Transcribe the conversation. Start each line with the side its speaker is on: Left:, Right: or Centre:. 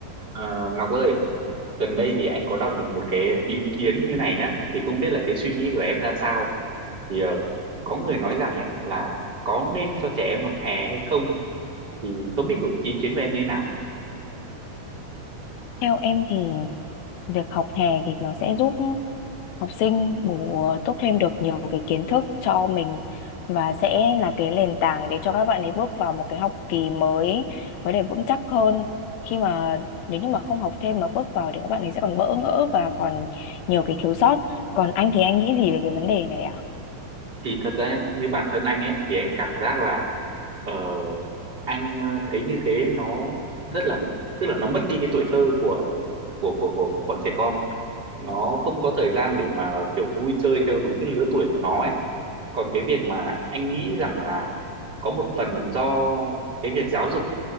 Right: Ờ, Ngọc ơi, gần đây thì anh có đọc được một cái ý kiến như này nhá, thì không biết là cái suy nghĩ của em ra sao. Thì ờ, có người nói rằng ấy là có nên cho trẻ em học hè hay không, thì không biết của ý kiến của em như thế nào.
Left: Theo em thì việc học hè thì nó sẽ giúp học sinh bổ túc thêm được nhiều cái kiến thức cho mình và sẽ là cái nền tảng để cho các bạn ấy bước vào một cái học kỳ mới có thể vững chắc hơn khi mà nếu như mà không học thêm mà bước vào thì các bạn ấy sẽ còn bỡ ngỡ và còn nhiều cái thiếu sót. Còn anh thì anh nghĩ gì về cái vấn đề này ạ?
Right: Thì thật ra nhá, như bản thân anh ấy thì anh cảm giác là ờ, anh ờ, thấy như thế nó rất là tức là nó mất đi cái tuổi thơ của của của của bọn trẻ con. Nó không có thời gian để mà kiểu vui chơi theo đúng cái lứa tuổi của nó ấy còn cái việc mà anh nghĩ rằng là có một phần do cái việc giáo dục